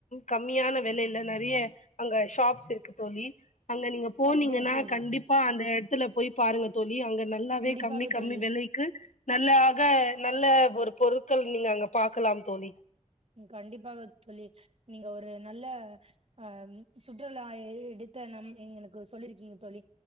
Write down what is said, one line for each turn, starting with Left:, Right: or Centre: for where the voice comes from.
Left: கம்மியான வெலேல நெறைய அங்க ஷாப்ஸ் இருக்கு தோழி அங்க நீங்க போனீங்கன்னா
Right: அப்படியா தோழி
Left: கண்டிப்பா அந்த எடத்துல போய் பாருங்க தோழி அங்க நல்லாவே
Right: கண்டிப்பாக
Left: கம்மி கம்மி
Right: தோழி
Left: வெலைக்கு நல்லாக நல்ல ஒரு பொருட்கள் நீங்க அங்க பாக்கலாம் தோழி
Right: கண்டிப்பாக தோழி நீங்க ஒரு நல்ல அ சுற்றுலா எ எடு த்த நம் எங்களுக்கு சொல்லிருக்கீங்க தோழி